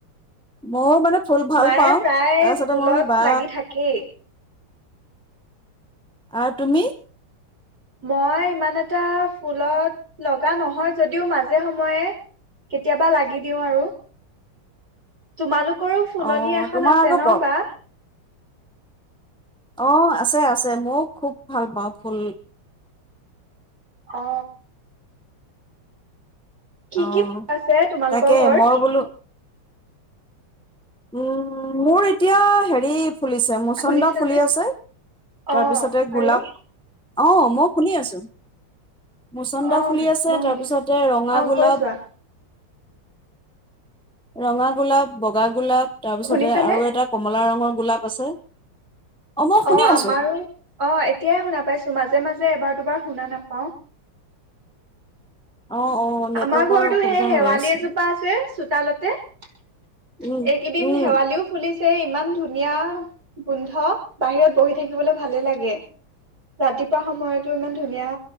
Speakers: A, in the centre; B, on the right.
A: মই মানে ফুল ভাল
B: মায়ে
A: পাওঁ
B: প্ৰায়
A: তাৰপিছতে
B: ফুলত
A: মই বোলো বা
B: লাগি থাকেই।
A: আৰু তুমি?
B: মই ইমান এটা ফুলত লগা নহয় যদিও মাজে সময়ে কেতিয়াবা লাগি দিওঁ আৰু। তোমালোক সৰু ফুলনি
A: অ'
B: এখন
A: তোমাৰ
B: আছে
A: আকৌ
B: ন বা
A: অ' আছে, আছে। মও খুব ভাল পাওঁ ফুল।
B: অ কি
A: অ',
B: কি আছে তোমালোকৰ
A: তাকে
B: ঘৰত?
A: মই বোলো উম মোৰ এতিয়া হেৰি ফুলিছে। মচন্দাও
B: শুনিছানে?
A: ফুলি আছে
B: অ'।
A: তাৰপিছতে গোলাপ
B: আৰু
A: অ' মই শুনি আছো। মচন্দা
B: অ'
A: ফুলি আছে
B: মই
A: তাৰপিছতে
B: শুনিছো
A: ৰঙা
B: অ'
A: গোলাপ
B: কৈ যোৱা
A: ৰঙা গোলাপ, বগা গো গোলাপ তাৰ পিছতে
B: শুনিছানে?
A: আৰু এটা কমলা ৰঙৰ গোলাপ আছে মই শুনি
B: অ আমাৰো
A: আছো
B: অ এতিয়াই শুনা পাইছো মাজে মাজে এবাৰ দোবাৰ শুনা নাপাওঁ।
A: অ', অ', নেটৱৰ্কৰ
B: আমাৰ ঘৰতো
A: অসুবিধা
B: সেই শেৱালি
A: হৈ আছে
B: এজোপা আছে চো চোতালতে। এইকেইদিন
A: উম, উম।
B: শেৱালিও ফুলিছে। এই ইমান ধুনীয়া গোন্ধ। বাহিৰত বহি থাকিবলৈ ভালেই লাগে। ৰাতিপুৱা সময়তো ইমান ধুনীয়া